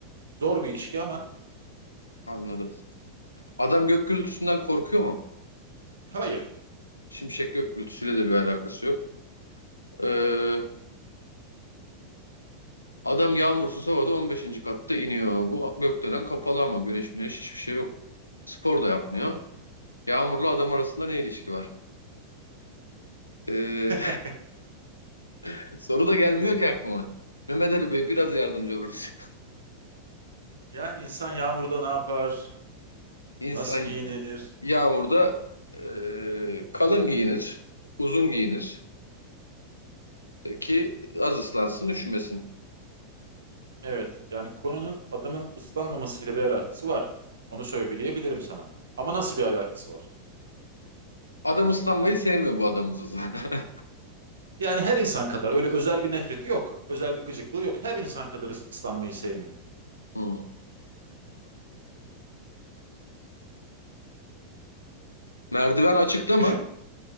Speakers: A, on the right (about 70°); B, on the left (about 80°).
A: Zor bir ilişki ama
B: anladım. Adam gök gürültüsünden korkuyor mu?
A: hayır.
B: Şimşek gök gürültüsüyle de bir alakası yok. E, adam yağmursuz havada on beşinci katta iniyor. Bu gökdelen kapalı ama güneş müneş hiçbir şey yok. Spor da yapmıyor. Yağmurlu adam arasında ne ilişki var? Ee,
A: <laughs>
B: <laughs> soru da gelmiyor ki aklıma. Mehmet Ali Bey biraz yardımcı oluruz.
A: Yani insan Yağmur'da ne yapar?
B: <laughs> İnsan
A: Nasıl giyinir?
B: yağmurda e, kalın giyinir, uzun giyinir e, ki az ıslansın, üşümesin.
A: Evet yani konunun adamın ıslanmamasıyla bir alakası var. Onu söyleyebilirim sana. Ama nasıl bir alakası var?
B: Adam ıslanmayı sevmiyor bu adamız o zaman. <laughs>
A: Yani her insan kadar öyle özel bir nefreti yok. Özel bir gıcıklığı yok. Her insan kadar ıslanmayı sevmiyor.
B: Hmm. Merdiven açıkta mı?
A: Düşün.